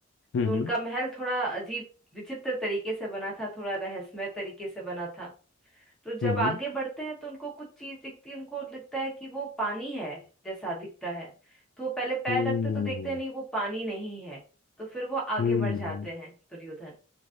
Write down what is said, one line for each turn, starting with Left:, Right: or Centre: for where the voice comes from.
Left: हम्म
Centre: तो उनका महल थोड़ा अजीब विचित्र तरीके से बना था थोड़ा रहस्यमय तरीके से बना था तो जब
Left: हम्म
Centre: आगे बढ़ते हैं तो उनको कुछ चीज दिखती है उनको लगता है कि वो पानी है जैसा दिखता है तो वो पहले पैर
Left: हम्म
Centre: रखते तो देखते हैं नहीं वो पानी नहीं है तो फिर वो आगे
Left: हम्म
Centre: बढ़ जाते हैं दुर्योधन